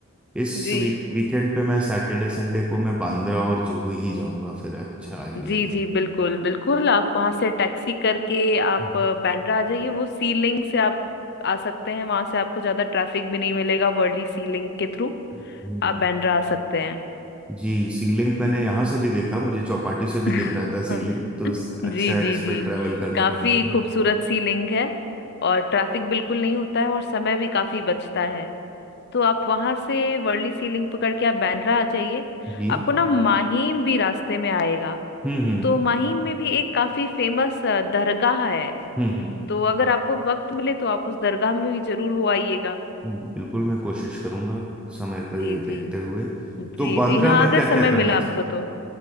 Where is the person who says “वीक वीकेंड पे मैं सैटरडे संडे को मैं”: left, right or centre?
Centre